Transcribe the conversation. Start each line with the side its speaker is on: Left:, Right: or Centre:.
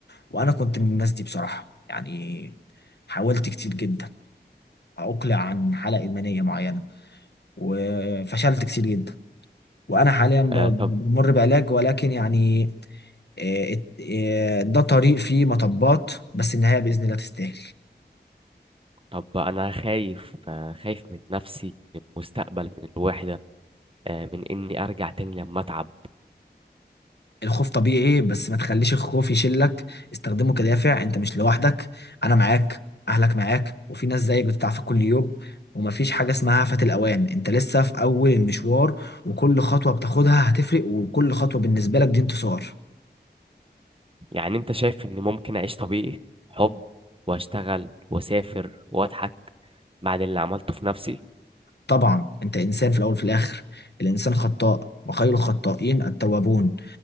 Left: وانا كنت من الناس دي بصراحة يعني حاولت كتير جدا عقلة عن حالة إدمانية معينة وفشلت كتير جدا وأنا حاليا ب-
Right: آه، طب
Left: بمر بعلاج ولكن يعني آه، ات- آه، ده طريق فيه مطبات بس النهاية بإذن الله تستاهل
Right: طب انا خايف آه، خايف من نفسي من المستقبل من الوحده آه، من اني ارجع تاني لما اتعب
Left: الخوف طبيعي بس ما تخليش الخوف يشلك استخدمه كدافع انت مش لوحدك انا معاك اهلك معاك وفي ناس زيك بتتعافى كل يوم ومفيش حاجة اسمها فات الأوان انت لسه في أول المشوار وكل خطوة بتاخدها هتفرق وكل خطوة بالنسبة لك دي انتصار
Right: يعني انت شايف اني ممكن اعيش طبيعي حب واشتغل واسافر واضحك بعد اللي عملته في نفسي
Left: طبعا انت انسان في الاول وفي الاخر الانسان خطاء وخير الخطائين التوابون